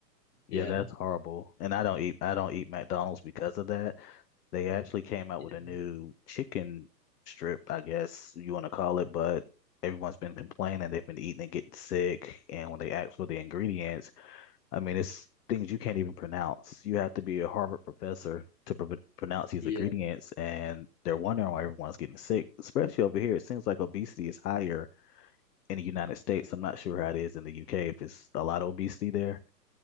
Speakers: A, on the left; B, on the left.
A: Yeah,
B: Yeah.
A: that's horrible. And I don't eat I don't eat McDonald's because of that. They actually came out
B: Yeah.
A: with a new chicken strip, I guess you want to call it, but everyone's been complaining they've been eating and getting sick. And when they ask for the ingredients, I mean, it's things you can't even pronounce. You have to be a Harvard professor to pr pronounce these
B: Yeah.
A: ingredients, and they're wondering why everyone's getting sick, especially over here. It seems like obesity is higher in the United States. I'm not sure how it is in the UK, if it's a lot of obesity there.